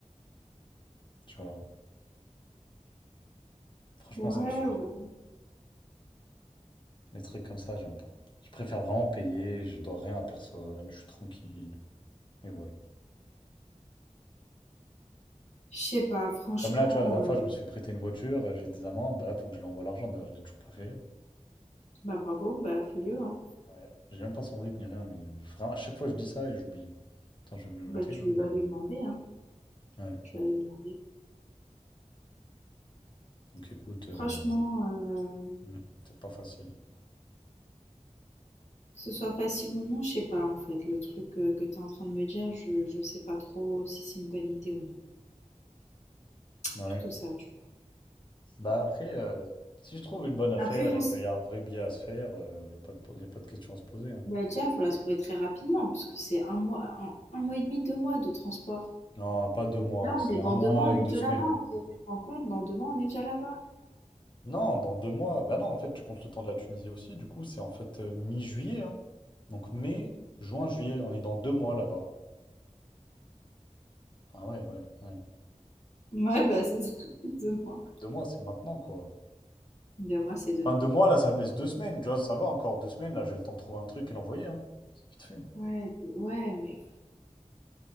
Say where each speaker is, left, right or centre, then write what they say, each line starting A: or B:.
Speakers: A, on the left; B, on the left.
A: Tu vois, franchement,
B: Ouais,
A: ça me saoule.
B: ouais.
A: Les trucs comme ça, j'aime pas. Je préfère vraiment payer, je dois rien à personne, je suis tranquille. Et voilà.
B: Je sais pas, franchement,
A: Comme là, tu vois, la dernière
B: euh,
A: fois, je me suis fait prêter une voiture, euh, j'ai des amendes, bah là, faut que je lui envoie l'argent, d'ailleurs, je l'ai toujours pas fait.
B: bah bravo, bah fais-le, hein.
A: Ouais. J'ai même pas son RIB ni rien, mais vraiment, à chaque fois, je dis ça et j'oublie. Attends, je vais me le
B: Bah
A: noter
B: tu
A: là, mais.
B: vas
A: euh,
B: lui demander, hein.
A: Ouais.
B: Tu vas lui demander.
A: Donc écoute, euh,
B: Franchement, euh, que
A: mm, c'est pas facile.
B: ce soit facile ou non, je sais pas en fait. Le truc euh, que tu es en train de me dire, je, je sais pas trop si c'est une bonne idée ou non.
A: Ouais.
B: Plutôt ça, tu
A: Bah après, euh, si je trouve une bonne affaire
B: vois. Après, en
A: et qu'il y a un vrai billet à se faire, il n'y a pas de, po- y a pas de question à se poser. hein.
B: bah, déjà, faut la trouver très rapidement, parce que c'est un mois, un, un mois et demi, deux mois de transport.
A: Non, pas deux mois,
B: Là,
A: c'est
B: on est dans
A: un mois
B: deux mois, on
A: et
B: est
A: deux
B: déjà
A: semaines.
B: là-bas en fait. Tu te rends compte, dans deux mois, on est déjà là-bas.
A: Non, dans deux mois, bah non, en fait, tu comptes le temps de la Tunisie aussi. Du coup, c'est en fait euh, mi-juillet. hein. Donc mai, juin, juillet, on est dans deux mois là-bas. Ah ouais, ouais, ouais.
B: Ouais, bah c'est ça, <laughs> deux mois.
A: Deux mois, c'est maintenant, quoi.
B: Deux mois, c'est demain.
A: Enfin, deux mois, là, ça me laisse deux semaines. Tu vois, ça va encore deux semaines. Là, j'ai le temps de trouver un truc et l'envoyer. Hein. C'est vite fait.
B: Ouais, d- ouais, mais